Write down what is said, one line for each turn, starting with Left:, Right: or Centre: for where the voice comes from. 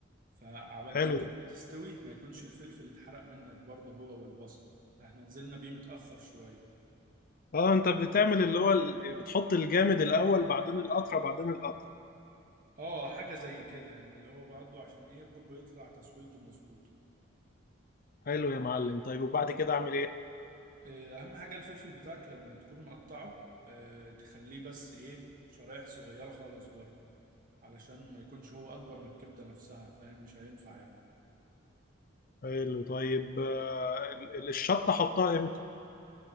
Right: فعبال
Left: حلو
Right: ما الكبدة تستوي ما يكونش الفلفل اتحرق منك برضه هو والبصل فاحنا نزلنا بيه متأخر شوية
Left: اه انت بتعمل اللي هو ال- بتحط الجامد الاول بعدين القطره بعدين القطره
Right: اه حاجة زي كده يعني اللي هو برضه عشان ايه كله يطلع تسويته مظبوط
Left: حلو يا معلم طيب وبعد كده اعمل ايه
Right: آه، اهم حاجه الفلفل بتاعك لما تكون مقطعه آه، تخليه بس ايه شرايح صغيره خالص برضه علشان ما يكونش هو اكبر من الكبده نفسها فاهم مش هينفع يعني
Left: حلو طيب آه، ال- ال- الشطه احطها امتى